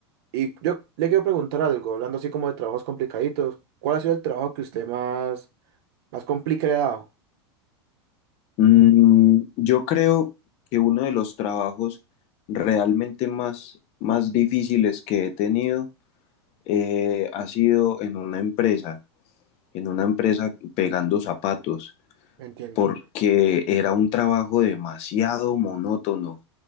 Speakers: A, on the right; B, on the left.
A: Y yo le quiero preguntar algo, hablando así como de trabajos complicaditos, ¿cuál ha sido el trabajo que usted más, más complicado?
B: Mm, yo creo que uno de los trabajos realmente más, más difíciles que he tenido eh, ha sido en una empresa, en una empresa pegando zapatos,
A: Entiendo.
B: porque era un trabajo demasiado monótono